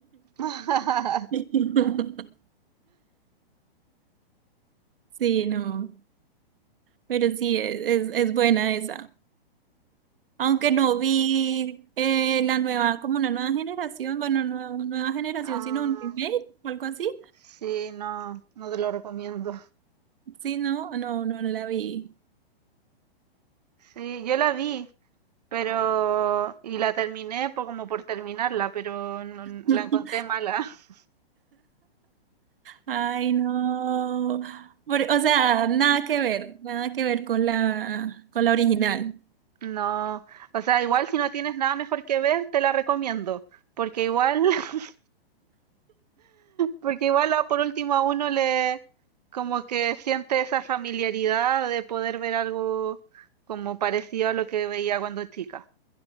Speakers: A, on the right; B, on the right.
A: <laughs>
B: <laughs> Sí, no, pero sí, es, es, es buena esa. Aunque no vi eh, la nueva, como una nueva generación, bueno, no nueva generación,
A: Ah,
B: sino un remake o algo así.
A: Sí, no, no te lo recomiendo.
B: Sí, no, no, no, no la vi.
A: Sí, yo la vi, pero y la terminé por, como por terminarla, pero no-
B: <laughs>
A: la encontré mala. <laughs>
B: Ay, no. Por- o sea, nada que ver, nada que ver con la, con la original.
A: No, o sea, igual si no tienes nada mejor que ver, te la recomiendo, porque igual, <laughs> porque igual a- por último a uno le como que siente esa familiaridad de poder ver algo como parecido a lo que veía cuando chica,